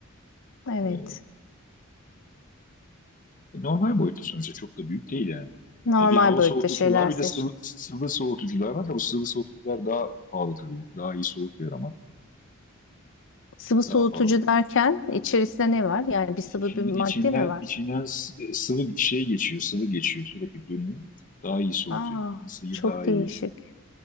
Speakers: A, on the left; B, on the left.
A: Evet.
B: E, e, normal boyutta sonuçta çok da büyük değil yani.
A: Normal
B: E, bir hava
A: boyutta
B: soğutucu
A: şeyler
B: var bir
A: seçin.
B: de sıvı, sıvı soğutucular var da bu sıvı soğutucular daha pahalı tabii. Daha iyi soğutuyor ama
A: Sıvı soğutucu
B: daha pahalı.
A: derken içerisinde ne var? Yani bir sıvı
B: E, İçinden,
A: bir madde
B: içinden,
A: mi var?
B: içinden s- e, sıvı şey geçiyor, sıvı geçiyor sürekli dönüyor. Daha iyi soğutuyor.
A: Aa,
B: Isıyı
A: çok
B: daha
A: değişik.
B: iyi.